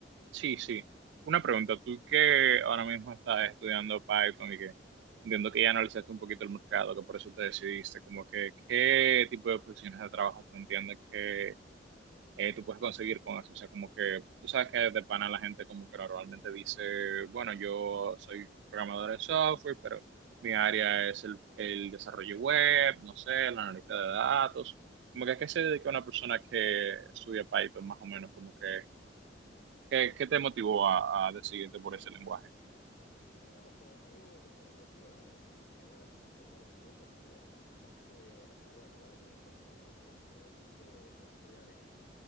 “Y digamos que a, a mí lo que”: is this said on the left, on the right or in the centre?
Left